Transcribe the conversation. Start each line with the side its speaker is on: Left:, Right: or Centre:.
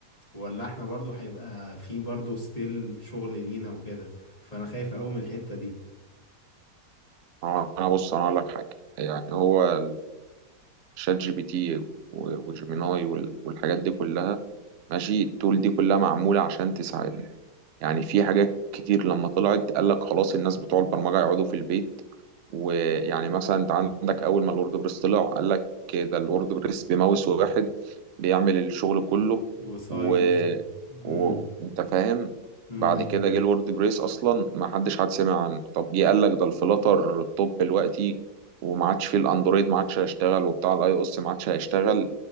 Left: ولا احنا برضو هيبقى في برضو ستيل شغل لينا وكده فانا خايف قوي من الحتة دي
Right: ما هو أنا بص أنا أقول لك حاجة يعني هو شات جي بي تي و- وجيميناي وال- والحاجات دي كلها ماشي التول دي كلها معمولة عشان تساعدنا يعني في حاجات كتير لما طلعت قال لك خلاص الناس بتوع البرمجة يقعدوا في البيت ويعني مثلا انت عندك اول ما الورد بريس طلع قال لك ده الورد بريس بماوس واحد بيعمل الشغل كله
Left: اه وسايتس
Right: و...
Left: امم
Right: و... انت فاهم
Left: امم
Right: بعد كده جه الورد بريس اصلا ما حدش حد سمع عنه طب جه قال لك ده الفلاتر الطب دلوقتي وما عادش فيه الاندرويد ما عادش هيشتغل وبتاع الاي او اس ما عادش هيشتغل